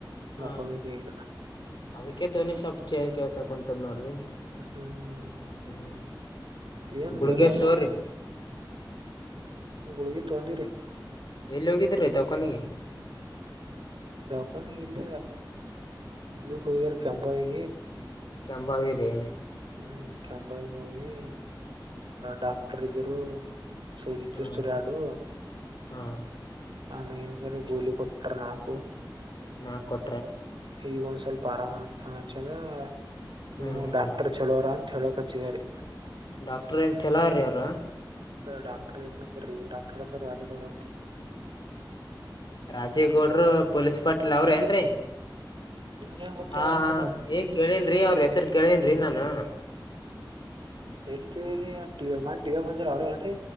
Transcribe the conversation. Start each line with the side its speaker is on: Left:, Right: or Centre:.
Left: ಹ
Right: ಮಕ್ಕಬೇಕೇಕಗ.
Left: ಅದಕ್ಕೆ ಧ್ನಿ ಸೊಪ್ ಚೇನ್ ಕೆಲ್ಸ ಕುಂತದ್ ನೋಡ್ರಿ.
Right: ಹ್ಮ್
Left: ಹ
Right: ಏನ್
Left: ಹುಡ್ಗಿ
Right: ಬರೇ
Left: ತರಿ.
Right: ಹುಳಗಿ ತೊಂದಿರಿ
Left: ಎಲ್ಲಿ ಹೋಗಿದ್ರೀ ದಖಾನಿಗೆ.
Right: ಕಕನ ಇಲ್ಲ ಇದ ಹೋಗ್ದಾರ ಕೆಂಬಾವಿ.
Left: ಕೆಂಂಬಾವಿರಿ.
Right: ಹ್ಮ್ ಕೆಂಬಾಗಿ ಹೋಗಿ. ಡಾಕ್ಟರ್ ಇದರು ಸೂಜಿಸ್ತ್ರ
Left: ಹ್ಮ್
Right: ಎರಡು.
Left: ಹಾ
Right: ಆಮೇಯನ್ಗಾರ ಗೂಲಿ ಕೊಟ್ಟರು ನಕ.
Left: ನಾ ಕೊಟ್ಟ.
Right: ಈಗ ಒಂದ್ ಸ್ವಲ್ಪ ಆರಾಮನಸ್ತ ಅನ್ಚಂದ
Left: ಹ್ಮ್
Right: ನಿಮ
Left: ಹ್ಮ್
Right: ಡಾಕ್ಟರ್ ಚಲೋರ ಅಂತ. ಹೇಳಕ್ ಹಚ್ಚಿದ್ದಾರೆ.
Left: ಡಾಕ್ಟರ್ ನ್ಂತಲ ರೀ ಅವ್ರ.
Right: ಡಾಕ್ಟರ್ ನಂಬರ ಈ ಡಾಕ್ಟರ ಅ ಸರ್ ರಧೆಗೋಡತಿ.
Left: ರಾಜೀವ್ ಗೌಡರು ಪೊಲೀಸ್ ಪಾಟ್ಲ್ ಅವ್ರ ಏನ್ರೀ.
Right: ನಿಮ್ಗೆ ಹೆಂಗ್ ಗೊತ್ತ್ರಿ
Left: ಹಾ
Right: ಅವ್ರ
Left: ಹ
Right: ಸರ
Left: ಏ ಕೇಳೇನ್ಿ ಅವ್ರ ಹೆಸರು ಕೇಳೇನ್ಿ ನಾನು.
Right: ಹೇಳಿ ಕೇಳಿರಿ ಟಿವ ಮನ್ ಟಿವ ಬಂದಿರ ಅವ್ರರಿ ಏನ್ರರಿ.